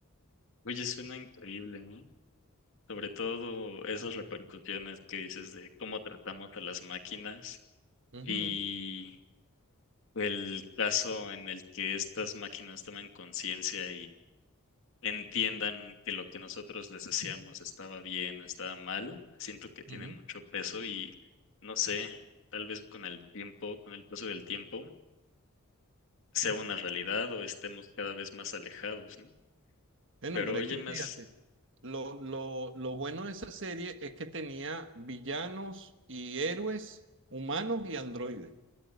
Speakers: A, on the left; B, on the right.
A: Oye, suena increíble, ¿eh? Sobre todo esas repercusiones que dices de cómo tratamos a las máquinas
B: Ujú,
A: y el caso en el que estas máquinas toman conciencia entiendan que lo que nosotros les decíamos estaba bien o estaba mal, siento que tiene
B: ujú.
A: mucho peso y no sé, tal vez con el tiempo, con el paso del tiempo, sea una realidad o estemos cada vez más alejados, ¿no?
B: Bueno,
A: Pero
B: pero
A: oye,
B: es que
A: más
B: fíjate, lo, lo, lo bueno de esa serie es que tenía villanos y héroes humanos y androides.